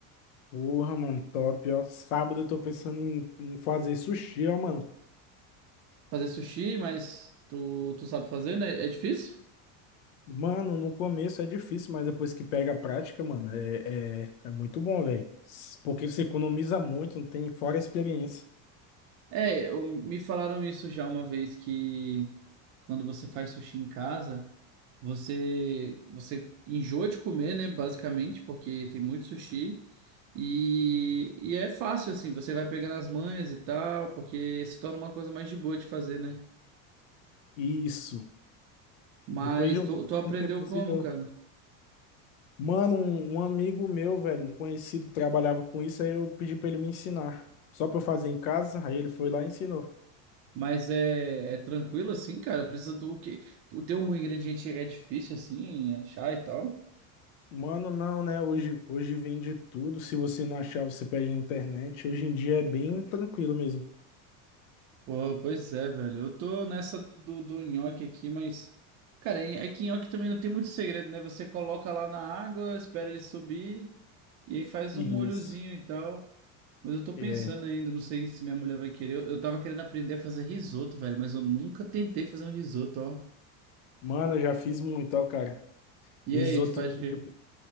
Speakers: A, on the left; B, on the right.
A: Porra, mano, top, ó. Sábado eu tô pensando em, em fazer sushi, ó, mano.
B: Fazer sushi, mas tu, tu sabe fazer, né? É difícil?
A: Mano, no começo é difícil, mas depois que pega a prática, mano, é, é, é muito bom, velho. Porque você economiza muito, não tem fora a experiência.
B: É, eu- me falaram isso já uma vez que quando você faz sushi em casa, você você enjoa de comer, né, basicamente, porque tem muito sushi e, e é fácil assim, você vai pegando as manhas e tal, porque se torna uma coisa mais de boa de fazer, né?
A: Isso.
B: Mas
A: Depois de um,
B: tu,
A: de
B: tu aprendeu
A: um tempo você
B: como,
A: já.
B: cara?
A: Mano, um, um amigo meu, velho, um conhecido, trabalhava com isso, aí eu pedi pra ele me ensinar. Só pra eu fazer em casa, aí ele foi lá e ensinou.
B: Mas é, é tranquilo assim, cara? Precisa do quê? O teu um ingrediente é difícil assim achar e tal?
A: Mano, não, né? Hoje, hoje vende tudo. Se você não achar, você pede na internet. Hoje em dia é bem tranquilo mesmo.
B: Pô, pois é, velho. Eu tô nessa do, do nhoque aqui, mas. Cara, é que nhoque também não tem muito segredo, né? Você coloca lá na água, espera ele subir e aí faz
A: Isso.
B: um molhozinho e tal. Mas eu tô
A: É.
B: pensando ainda, não sei se minha mulher vai querer. Eu, eu tava querendo aprender a fazer risoto, velho, mas eu nunca tentei fazer um risoto, ó.
A: Mano, eu já fiz muito, ó, cara.
B: E
A: Isotozinho
B: aí, tu faz o quê?
A: de,